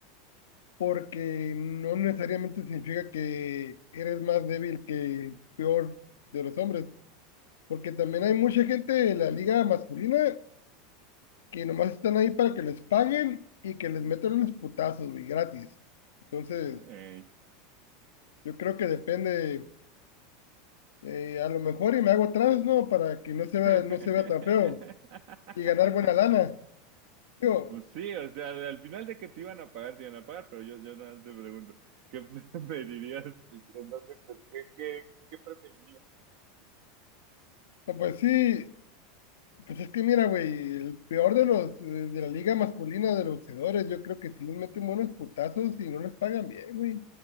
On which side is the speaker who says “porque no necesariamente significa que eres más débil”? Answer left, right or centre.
Left